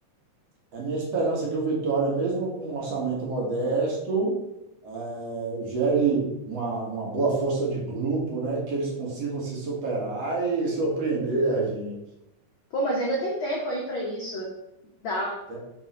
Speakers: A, on the right; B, on the left.
A: é minha esperança que o Vitória, mesmo com um orçamento modesto, eh, gere uma, uma boa força de grupo, né? Que eles consigam se superar e surpreender a gente.
B: Pô, mas ainda tem tempo aí pra isso. Dá.
A: Tem-